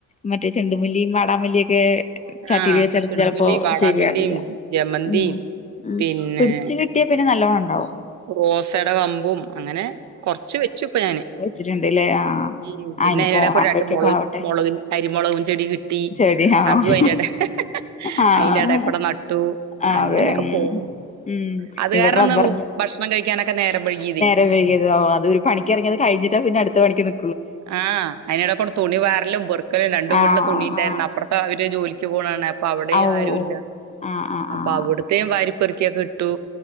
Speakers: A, on the left; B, on the right.
A: മറ്റേ ചെണ്ടുമല്ലിയും വാടാമല്ലിയൊക്കെ. ചട്ടീൽ
B: ആഹ്
A: വെച്ചാലൊന്നും
B: ചുണ്ടുമല്ലിയും
A: ചെലപ്പോ
B: വാടാമല്ലിയും
A: ശെരിയാവില്ല.
B: ജമന്തിയും
A: ഉം ഉം
B: പിന്നെ
A: പിടിച്ചു കി നല്ലോണം ഉണ്ടാവും.
B: റോസയുടെ കമ്പും അങ്ങനെ കൊറച്ച് വെച്ചു ഇപ്പം ഞാന്.
A: വെച്ചിട്ട്ണ്ട്ല്ലേ ആഹ്..
B: ഉം പിന്നെ
A: ആഹ് ഇനിപ്പോ
B: അതിനിടയിൽ
A: ഓണാവുമ്പഴേക്കൊക്കെ
B: കൂടെ രണ്ട് മുളക്
A: ആവട്ടെ
B: മുളക അരിമുളകും ചെടി കിട്ടി
A: ചെടി ആഹ്
B: അതും അയിന്റെ എടെ ഹ് ഹ്
A: ആഹ്
B: അയിന്റെഎടെ കൂടെ നട്ടു
A: അതെ
B: അങ്ങനെയൊക്കെ
A: ഉം
B: പോകും
A: ഉം
B: അത്
A: ഇവിടെ
B: കാരണംന്ന്
A: റബ്ബറിന്റെ
B: ഭക്ഷണം കഴിക്കാനൊക്കെ നേരവൈകിയതേ
A: നേരം വൈകിയത് അത് ഒരു പണി ഇറങ്ങത് കഴിഞ്ഞിട്ടാ പിന്നെ അടുത്ത് പണിക് നി
B: ആഹ് അയിനേടേകൂടെ തുണി വാരലും പെർക്കലും രണ്ടു വീട്ടിലെ
A: ആഹ്
B: തുണി ഇണ്ടായിരുന്നു
A: ആഹ്
B: അപ്പറത്തെ അവര് ജോലിക്ക് പോണാണ് അപ്പൊ അവിടെയും
A: ഔ ഓ
B: ആരുല്ല
A: ഓ ആഹ്
B: അപ്പൊ
A: ആഹ്
B: അവിടു ഇത്രേയും വാരിപ്പെറിക്കിയൊക്കെ ഇട്ടു